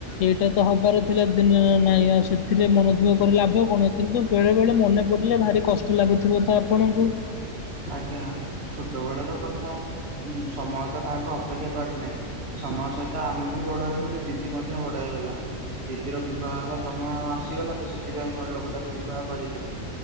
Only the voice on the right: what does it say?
ଆଜ୍ଞା ଛୋଟ ବେଳର କଥା ସମୟ ତ କାହାକୁ ଅପେକ୍ଷା କରିନାହିଁ। ସମୟ ସହିତ ଆମେ ବି ବଡ ହେଇଗଲୁ ଦିଦି ମଧ୍ୟ ବଡ ହେଇଗଲା। ଦିଦିର ବିବାହ ହେବା ସମୟ ଆସିଗଲା ତ ସେଥିପାଇଁ ଘର ଲୋକ ତାକୁ ବିବାହ କରିଦେଲେ।